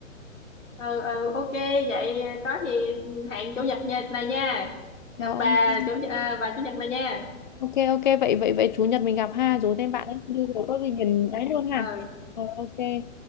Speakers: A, on the left (about 65°); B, on the left (about 35°).
A: ừ ừ ok vậy ờ, có gì ừ, hẹn chủ nhật nha- này nha gặp
B: Ờ, ok.
A: bà chủ nhật- à, vào chủ nhật này nha
B: Ok ok vậy vậy vậy chủ nhật mình gặp ha rủ thêm bạn ấy đi rồi có gì mình ấy luôn ha.
A: ừ
B: Rồi ok.